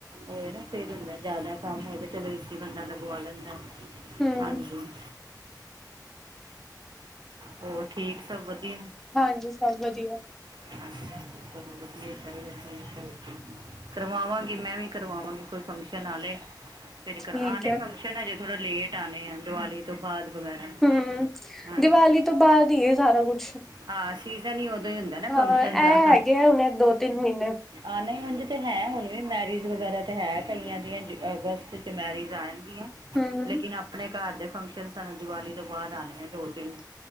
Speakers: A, on the right; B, in the centre.
A: ਹੋਏ ਨਾ ਫੇਰ ਹੁੰਦੈ ਜ਼ਿਆਦਾ ਕੰਮ ਹੋ ਜਏ ਚਲੋ ਏ ਸੀ ਬੰਦਾ ਲਗਵਾ ਲੈਂਦਾ।
B: ਹਮ
A: ਹਾਂਜੀ। ਹੋਰ ਠੀਕ ਸਭ ਵਧੀਆ?
B: ਹਾਂਜੀ ਸਭ ਵਧੀਆ
A: ਹਾਂਜੀ ਚਲੋ ਵਧੀਆ ਹੀ ਚਾਹੀਦਾ <unintelligible> ਕਰਵਾਵਾਂਗੀ, ਮੈਂ ਵੀ ਕਰਵਾਵਾਂਗੀ ਕੋਈ ਫੰਕਸ਼ਨ ਆਲੇ ਫੇਰ
B: ਠੀਕ
A: ਆਨੇ
B: ਹੈ
A: ਫੰਕਸ਼ਨ ਹਜੇ ਥੋੜਾ ਲੇਟ ਆਣੇ ਆ ਦੀਵਾਲੀ ਉਸ ਤੋਂ ਬਾਅਦ ਵਗੈਰਾ,
B: ਹਮ
A: ਹਾਂਜੀ।
B: ਦੀਵਾਲੀ ਤੋਂ ਬਾਅਦ ਹੀ ਹੈ ਸਾਰਾ ਕੁਛ
A: ਹਾਂ ਸੀਜ਼ਨ ਹੀ ਉਦੋਂ ਹੀ ਹੁੰਦਾ ਨਾ ਫੰਕਸ਼ਨ
B: ਹਾਂ ਇਹ
A: ਦਾ।
B: ਹੈਗੇ ਆ ਹੁਣੇ ਦੋ ਤਿੰਨ ਮਹੀਨੇ
A: ਆ ਨਈ ੳਝ ਤੇ ਹੈ, ਹੁਣ ਵੀ ਮੈਰਿਜ ਵਗੈਰਾ ਤੇ ਹੈ। ਕਈਆਂ ਦੀਆਂ ਅਗਸਤ ਚ ਮੈਰਿਜ ਆਣਗੀਆਂ।
B: ਹਮ
A: ਲੇਕਿਨ ਆਪਣੇ ਘਰ ਦੇ ਫੰਕਸ਼ਨ ਸਾਨੰ ਦੀਵਾਲੀ ਤੋਂ ਬਾਅਦ ਆਣੇ ਆ, ਦੋ-ਤਿੰਨ